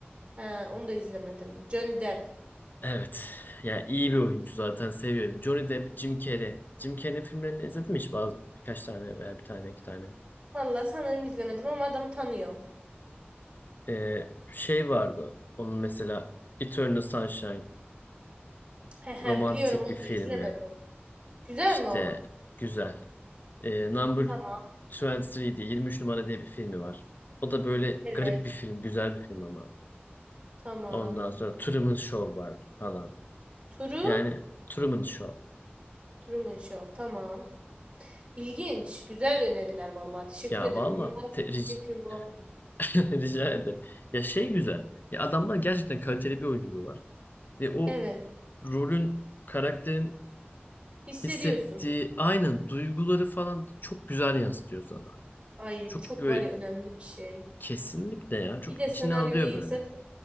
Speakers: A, on the right; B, on the left.
A: He, onu da izlemedim. Johnny Depp.
B: Evet. Yani iyi bir oyuncu zaten seviyorum. Johnny Depp, Jim Carrey. Jim Carrey'in filmlerini izledin mi hiç? Bazı birkaç tane veya bir tane iki tane.
A: Vallahi sanırım izlemedim ama adamı tanıyorum.
B: E, şey vardı. Onun mesela Eternal Sunshine.
A: He he
B: Romantik
A: biliyorum onu
B: bir filmi.
A: da izlemedim. Güzel
B: İşte
A: mi o?
B: güzel. E, Number
A: Tamam.
B: 23 diye 23 numara diye bir filmi var. O da böyle
A: Evet.
B: garip bir film, güzel bir film ama.
A: Tamam.
B: Ondan sonra Truman Show var falan.
A: Turu?
B: Yani Truman Show.
A: Truman Show. Tamam. İlginç. Güzel öneriler vallahi. Teşekkür
B: Ya
A: ederim.
B: valla
A: Maalesef
B: te-
A: izleyecek
B: ric-
A: film bulamıyorum.
B: <laughs> rica ederim. Ya şey güzel. Ya adamlar gerçekten kaliteli bir oyunculuğu var. Ve o
A: Evet.
B: rolün, karakterin
A: Hissediyorsun.
B: hissettiği aynen duyguları falan çok güzel yansıtıyor sana.
A: Ay
B: Çok
A: bu çok
B: böyle
A: var ya önemli bir şey.
B: kesinlikle ya. Çok
A: Bir de
B: içine
A: senaryo
B: alıyor
A: iyiyse
B: böyle.